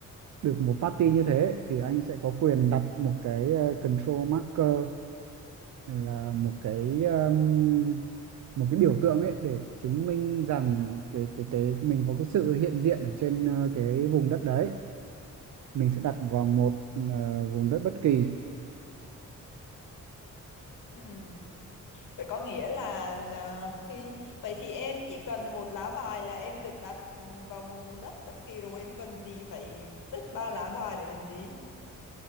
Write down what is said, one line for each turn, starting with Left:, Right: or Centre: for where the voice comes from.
Right: được một party như thế thì anh sẽ có quyền đặt một cái ờ, control marker là một cái um, một cái biểu tượng ấy để chứng minh rằng cái cái cái mình có cái sự hiện diện ở trên ờ, cái vùng đất đấy mình sẽ đặt vào một ờ, vùng đất bất kỳ
Left: Ừm. vậy có nghĩa là ờ, khi vậy thì em chỉ cần một lá bài là em được đặt ừ, vào một vùng đất bất kỳ rồi em cần gì phải tích ba lá bài để làm gì